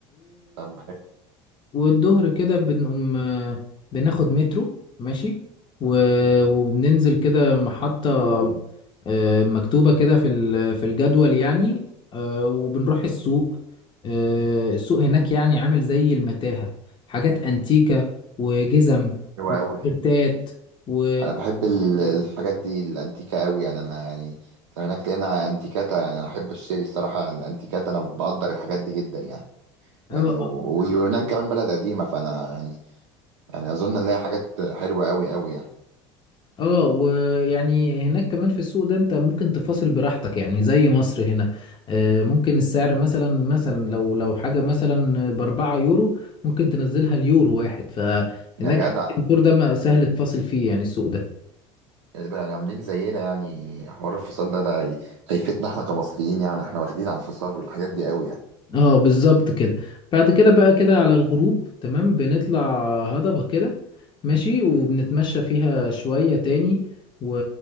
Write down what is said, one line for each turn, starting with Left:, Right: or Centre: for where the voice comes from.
Right: طب بحب
Left: والظهر كده بنقوم آه، بناخد مترو ماشي و... وبننزل كده محطة آه، مكتوبة كده في ال- في الجدول يعني آه، وبنروح السوق آه، السوق هناك يعني عامل زي المتاهة حاجات أنتيكة وجزم
Right: حلو
Left: وتيشيرتات
Right: قوي
Left: و
Right: انا بحب ال- الحاجات دي الانتيكة قوي يعني انا يعني لو هناك لقينا انتيكاتا يعني انا احب اشتري الصراحة الانتيكاتا انا بقدر الحاجات دي جدا يعني
Left: اه
Right: يعني و- ويونان كمان بلد قديمة فانا يعني يعني اظن نلاقي حاجات حلوة قوي قوي يعني
Left: اه ويعني هناك كمان في السوق ده انت ممكن تفاصل براحتك يعني زي مصر هنا آه، ممكن السعر مثلا مثلا لو لو حاجة مثلا بأربعة يورو ممكن تنزلها اليورو واحد فهناك
Right: يا جدع
Left: الدور ده ما- سهل تفاصل فيه يعني السوق ده
Right: يعني ده يعني عاملين زينا يعني حوار الفصال ده ده هي- هيفيدنا احنا كمصريين يعني احنا واخدين على الفصال والحاجات دي قوي يعني
Left: اه بالظبط كده بعد كده بقى كده على الغروب تمام بنطلع هضبة كده ماشي وبنتمشى فيها شوية تاني و...